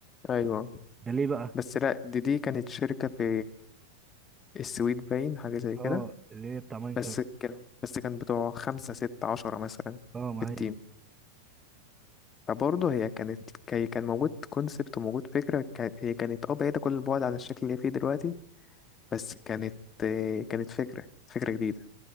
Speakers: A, on the left; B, on the right.
A: ايوه
B: ده ليه بقى
A: بس لا دي دي كانت شركة في السويد باين حاجة زي
B: اه
A: كده
B: اللي هي بتاع ماينكرافت
A: بس كان بس كان بتوع خمسة ستة عشرة مثلا
B: اه ما
A: في التيم
B: هي دي.
A: فبرضه هي كانت هي كان موجود كونسبت وموجود فكرة كان- هي كانت اه بعيدة كل البعد عن الشكل اللي هي فيه دلوقتي بس كانت آه، كانت فكرة فكرة جديدة